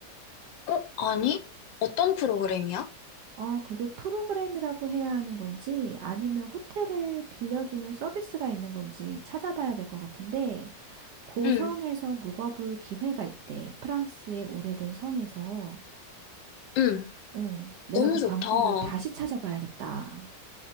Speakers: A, on the left; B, on the right.
A: 어, 아니? 어떤 프로그램이야?
B: 어, 그게 프로그램이라고 해야 하는 건지 아니면 호텔을 빌려주는 서비스가 있는 건지 찾아봐야 될 것 같은데, 고성에서
A: 응,
B: 묵어볼 기회가 있대. 프랑스의 오래된 성에서.
A: 응.
B: 어, 내가
A: 너무
B: 그 광고를
A: 좋다.
B: 다시 찾아봐야겠다.